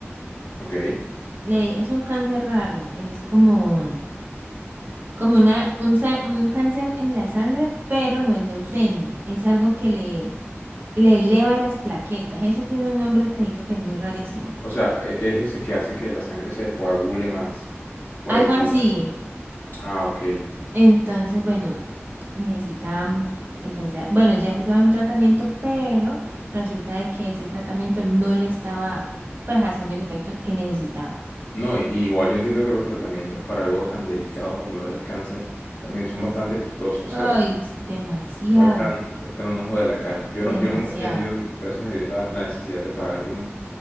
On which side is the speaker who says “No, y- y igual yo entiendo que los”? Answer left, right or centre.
Left